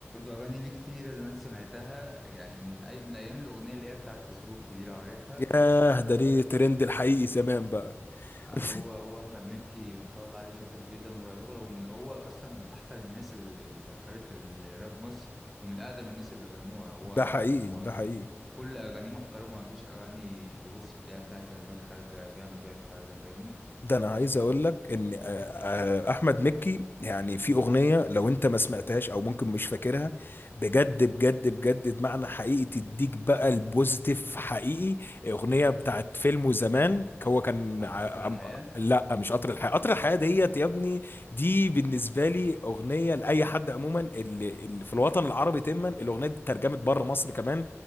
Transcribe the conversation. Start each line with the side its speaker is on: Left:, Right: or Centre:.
Centre: أغاني ليه كتيرة زمان سمعتها يعني من أي... من أيام الأغنية اللي هي بتاعت فيسبوك دي لو عارفها
Left: ياه ده ليه ترند الحقيقي زمان بقى
Centre: هو
Left: <laughs>
Centre: هو احمد مكي ما شاء الله عليه شاطر جدا ويعتبر هو من هو اصلا من احسن الناس اللي اللي دخلت الراب مصر ومن اقدم الناس اللي غنوها هو
Left: ده حقيقي
Centre: هو
Left: ده حقيقي
Centre: وكل اغانيه محترمه ما فيش اغاني تبص تلاقيها فيها كلمات خارجه فيها مشاهد خارجه فاهمني
Left: ده انا عايز اقول لك ان آه، آه، احمد مكي يعني في اغنيه لو انت ما سمعتهاش او ممكن مش فاكرها بجد بجد بجد معنى حقيقي تديك بقى البوزيتيف حقيقي اغنيه بتاعت فيلم زمان هو كان
Centre: بتاعت
Left: ع-
Centre: قطر الحياه
Left: أم- لا مش قطر الحياه قطر الحياه ديت يا ابني دي بالنسبه لي اغنيه لاي حد عموما اللي, اللي في الوطن العربي تما الاغنيه دي اترجمت بره مصر كمان